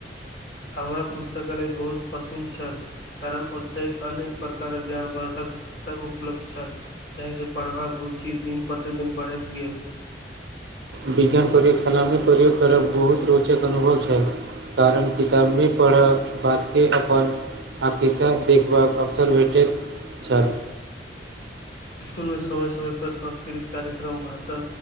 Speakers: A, on the left (about 70°); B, on the right (about 90°).
A: हमरा पुस्तकालय बहुत पसिन छल कारण ओतैक अनेक प्रकारक ज्ञान बाधक पुस्तक उपलब्ध छल चाहै से पढ़बाक रुचि दिन प्रतिदिन बढ़ैत गेल
B: विज्ञान प्रयोगशाला मे प्रयोग करब बहुत रोचक अनुभव छै कारण किता मि पढ़ऽ बाद के अपन <unintelligible> देखबाक अवसर भेटैत छल
A: इस्कुल मे समय समय पर सांस्कृत कार्यक्रम भाषा